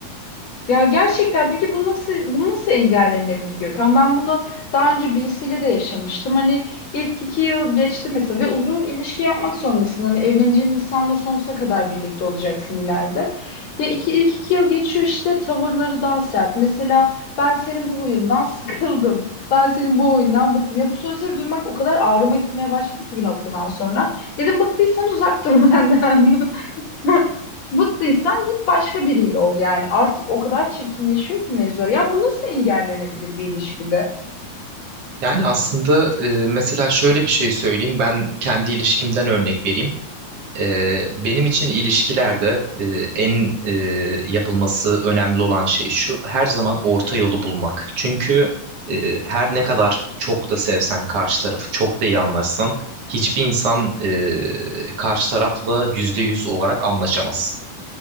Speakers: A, on the left; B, on the right.
A: Ya gerçekten peki bu nasıl bu nasıl engellenebilir Gökhan? Ben bunu daha önce birisiyle de yaşamıştım. Hani ilk iki yıl geçti mesela ve uzun ilişki yapmak zorundasın. Hani evleneceğin insanla sonsuza kadar birlikte olacaksın ileride. Ya iki, ilk iki yıl geçiyor işte tavırları daha sert. Mesela ben senin bu huyundan <laughs> sıkıldım. Ben senin bu oyundan bıktım. Ya bu sözleri duymak o kadar ağrıma gitmeye başladı ki bir noktadan sonra. Dedim bıktıysan uzak dur benden. <laughs> <laughs> Bıktıysan git başka biriyle ol yani. Artık o kadar çirkinleşiyor ki mevzular. Yani bu nasıl engellenebilir bir ilişkide?
B: Yani aslında e, mesela şöyle bir şey söyleyeyim. Ben kendi ilişkimden örnek vereyim. Ee, benim için ilişkilerde e, en e, yapılması önemli olan şey şu, her zaman orta yolu bulmak. Çünkü e, her ne kadar çok da sevsen karşı tarafı, çok da iyi anlaşsan, hiçbir insan e, karşı tarafla yüzde yüz olarak anlaşamaz.